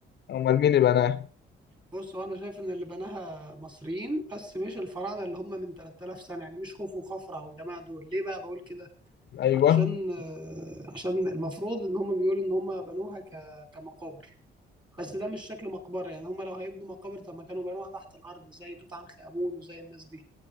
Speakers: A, on the left (about 60°); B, on the right (about 20°).
A: امال مين اللي بناها
B: بص هو انا شايف ان اللي بناها مصريين بس مش الفراعنه اللي هم من 3000 سنه يعني مش خوفو وخفرع والجماعه دول ليه بقى بقول كده
A: ايوه
B: علشان آه، عشان المفروض ان هم بيقولوا ان هم بنوها ك... كمقابر بس ده مش شكل مقبره يعني هم لو هيبنوا مقابر طب ما كانوا بنوها تحت الارض زي توت عنخ امون وزي الناس دي